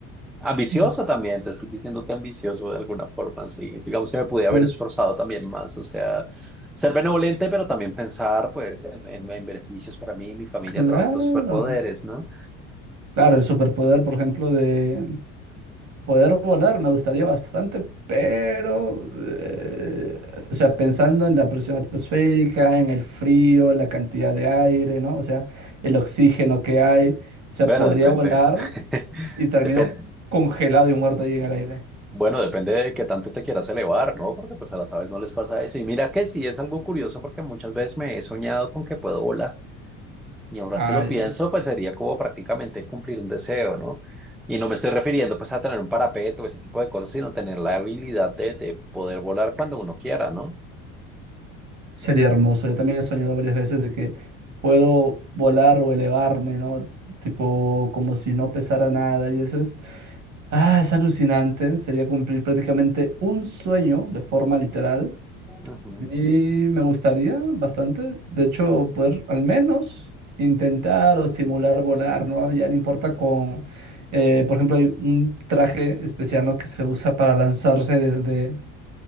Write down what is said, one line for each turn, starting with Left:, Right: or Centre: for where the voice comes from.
Centre: Ambicioso
Right: Mm,
Centre: también, te estoy diciendo que ambicioso de alguna forma, sí. Digamos que me pude haber
Right: Pues
Centre: esforzado también más, o sea, ser benevolente, pero también pensar, pues, en, en- en beneficios para mí y mi familia
Right: claro,
Centre: a través de los superpoderes, ¿no?
Right: claro, el superpoder, por ejemplo, de poder volar me gustaría bastante, pero, eh, o sea, pensando en la presión atmosférica, en el frío, la cantidad de aire, ¿no? O sea, el oxígeno que hay, o sea,
Centre: Bueno,
Right: podría
Centre: depende.
Right: volar
Centre: <laughs>
Right: y termino
Centre: Depen-
Right: congelado y muerto ahí en el aire.
Centre: bueno, depende de qué tanto te quieras elevar, ¿no? Porque pues a las aves no les pasa eso. Y mira que sí, es algo curioso porque muchas veces me he soñado con que puedo volar. Y ahora
Right: Ay.
Centre: que lo pienso, pues sería como prácticamente cumplir un deseo, ¿no? Y no me estoy refiriendo pues a tener un parapeto, ese tipo de cosas, sino tener la habilidad de, de poder volar cuando uno quiera, ¿no?
Right: Sería hermoso. Yo también he soñado varias veces de que puedo volar o elevarme, ¿no? Tipo, como si no pesara nada. Y eso es, ah, es alucinante. Sería cumplir prácticamente un sueño de forma literal.
Centre: Ujú.
Right: Y me gustaría bastante, de hecho, poder al menos intentar o simular volar, ¿no? Ya no importa con, eh, por ejemplo, hay un traje especial, ¿no? que se usa para lanzarse desde